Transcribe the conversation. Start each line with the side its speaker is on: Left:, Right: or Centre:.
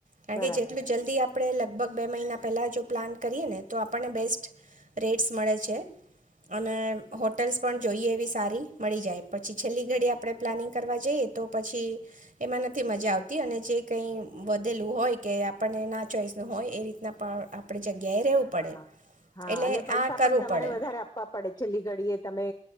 Right: કારે
Left: બરાબર
Right: જેટલું જલ્દી આપ આપણે લગભગ બે મહિના પહેલાં જો પ્લાન કરીએ ને તો આપણને બેસ્ટ રેટસ મળે છે અને હોટેલ્સ પણ જોઈએ, એવી સારી મળી જાય પછી છેલ્લી ઘડી આપણે પ્લાનિંગ કરવા જઈએ તો પછી એમાં નથી મજા આવતી, અને જે કઈ વધેલું હોય કે આપણને ના ચોઈસ નું હોય એ રી આપણી જગ્યાએ ર રહેવું
Left: હા
Right: પડે.
Left: હા
Right: એટલે
Left: અને પૈસા
Right: આ કરવું
Left: પણ તમારે
Right: પડે
Left: વધારે આપવા પડે છેલ્લી ઘડીએ તમે